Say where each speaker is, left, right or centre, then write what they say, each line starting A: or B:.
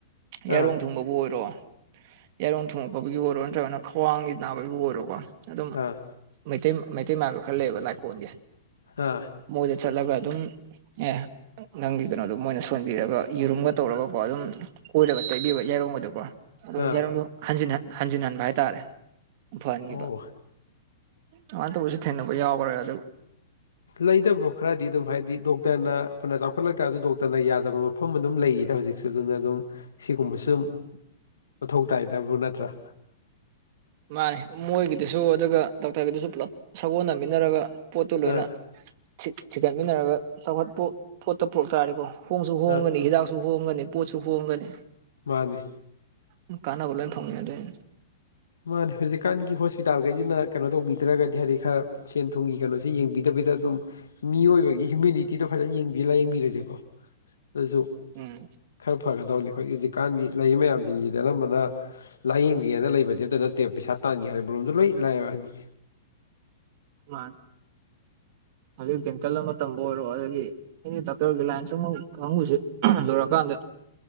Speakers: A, on the left; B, on the right.
A: ꯑꯥ
B: ꯌꯥꯏꯔꯣꯡ ꯊꯨꯡꯕ ꯕꯨ ꯑꯣꯏꯔꯣ ꯌꯥꯏꯔꯣꯡ ꯊꯨꯉꯛꯄꯒꯤꯕꯨ ꯑꯣꯏꯔꯣ ꯅꯠꯇ꯭ꯔꯒꯅ ꯈ꯭ꯋꯥꯡꯒꯤ ꯅꯥꯕꯩꯕꯨ ꯑꯣꯏꯔꯣꯀꯣ ꯑꯗꯨꯝ
A: ꯑꯥ
B: ꯃꯩꯇꯩ ꯃꯩꯇꯩ ꯃꯥꯏꯕ ꯈꯔ ꯂꯩꯕ ꯂꯥꯏꯀꯣꯟꯒꯤ
A: ꯑꯥ
B: ꯃꯣꯏꯗ ꯆꯠꯂꯒ ꯑꯗꯨꯝ ꯑꯦ ꯅꯪꯒꯤ ꯀꯩꯅꯣꯗꯨ ꯃꯣꯏꯅ ꯁꯣꯟꯕꯤꯔꯒ ꯌꯦꯔꯨꯝꯒ ꯇꯧꯔꯒꯀꯣ ꯑꯗꯨꯝ ꯀꯣꯏꯔꯒ ꯇꯩꯕꯤꯕ ꯌꯥꯏꯔꯣꯡ ꯋꯥꯏꯗꯀꯣ ꯑꯗꯨꯝ
A: ꯑꯥ
B: ꯌꯥꯏꯔꯣꯡꯗꯣ ꯍꯟꯖꯤꯟꯍꯟ ꯍꯟꯖꯤꯟ ꯍꯟꯕ ꯍꯥꯏꯇꯥꯔꯦ ꯐꯍꯟꯒꯤꯕ
A: ꯑꯣ
B: ꯑꯗꯨꯃꯥꯏꯅ ꯇꯧꯕꯁꯨ ꯊꯦꯡꯅꯕ ꯌꯥꯎꯒ꯭ꯔꯦ ꯑꯗꯨ
A: ꯂꯩꯗ ꯕ꯭ꯔꯣ ꯈꯔꯗꯤ ꯑꯗꯨꯝ ꯍꯥꯏꯗꯤ ꯗꯣꯛꯇꯔꯅ ꯐꯅ ꯆꯥꯎꯈꯠꯂꯛꯇꯥꯁꯨ ꯗꯣꯛꯇꯔꯅ ꯌꯥꯗꯕ ꯃꯐꯝ ꯑꯗꯨꯝ ꯂꯩꯔꯤꯗ ꯍꯧꯖꯤꯛꯁꯨ ꯑꯗꯨꯅ ꯑꯗꯨꯝ ꯁꯤꯒꯨꯝꯕ ꯁꯨꯝ ꯃꯊꯧ ꯇꯥꯏꯗ ꯕꯨ ꯅꯠꯇ꯭ꯔꯥ
B: ꯃꯥꯅꯦ ꯃꯣꯏꯒꯤꯗꯨꯁꯨ ꯑꯗꯨꯒ ꯗꯣꯛꯇꯔꯒꯤꯗꯨꯁꯨ ꯄꯨꯂꯞ ꯁꯥꯒꯣꯟꯅꯃꯤꯟꯅꯔꯒ ꯄꯣꯠꯇꯨ ꯂꯣꯏꯅ
A: ꯑꯥ
B: ꯊꯤ ꯊꯤꯒꯠꯃꯤꯟꯅꯔꯒ ꯆꯥꯎꯈꯠꯄ ꯄꯣꯠꯇꯨ ꯄꯨꯔꯛ ꯇꯥꯔꯗꯤꯀꯣ ꯍꯣꯡꯁꯨ ꯍꯣꯡꯒꯅꯤ
A: ꯑꯥ
B: ꯍꯤꯗꯥꯛꯁꯨ ꯍꯣꯡꯒꯅꯤ ꯄꯣꯠꯁꯨ ꯍꯣꯡꯒꯅꯤ
A: ꯃꯥꯅꯤ
B: ꯎꯝ ꯀꯥꯟꯅꯕ ꯂꯣꯏꯅ ꯐꯪꯃꯤꯟꯅꯗꯣꯏꯅꯤ
A: ꯃꯥꯅꯤ ꯍꯧꯖꯤꯛꯀꯥꯟꯒꯤ ꯍꯣꯁꯄꯤꯇꯥꯜꯈꯩꯁꯤꯅ ꯀꯩꯅꯣ ꯇꯧꯕꯤꯗ꯭ꯔꯒꯗꯤ ꯍꯥꯏꯗꯤ ꯈꯔ ꯁꯦꯟ ꯊꯨꯝꯒꯤ ꯀꯩꯅꯣꯁꯤ ꯌꯦꯡꯕꯤꯗꯕꯤꯗ ꯑꯗꯨꯝ ꯃꯤꯑꯣꯏꯕꯒꯤ ꯍ꯭ꯌꯨꯃꯤꯅꯤꯇꯤꯗꯣ ꯐꯖꯅ ꯌꯦꯡꯕꯤ ꯂꯥꯏꯌꯦꯡꯕꯤꯔꯗꯤꯀꯣ ꯑꯗꯨꯁꯨ
B: ꯎꯝ
A: ꯈꯔ ꯐꯒꯗꯧꯅꯤ ꯑꯩꯈꯣꯏ ꯍꯧꯖꯤꯛꯀꯥꯟꯒꯤ ꯂꯩꯔꯤ ꯃꯌꯥꯝꯖꯤꯡꯖꯤꯗꯤ ꯑꯅꯝꯕꯅ ꯂꯥꯏꯌꯦꯡ ꯕꯤꯒꯦꯅ ꯂꯩꯕꯗꯤ ꯑꯝꯇ ꯅꯠꯇꯦꯕ ꯄꯩꯁꯥ ꯇꯥꯟꯒꯦ ꯍꯥꯏꯕ ꯔꯣꯝꯗꯣ ꯂꯣꯏ ꯂꯥꯛꯑꯦꯕ ꯍꯥꯏꯗꯤ
B: ꯃꯥꯅꯤ ꯍꯧꯖꯤꯛ ꯖꯦꯟꯇꯜ ꯑꯃ ꯇꯝꯕ ꯑꯣꯏꯔꯣ ꯑꯗꯨꯒꯤ ꯑꯦꯅꯤ ꯗꯥꯛꯇꯔꯒꯤ ꯂꯥꯏꯟꯁ <unintelligible> ꯀꯥꯡꯉꯨꯁꯦ ꯌꯧꯔꯛꯑꯀꯥꯟꯗ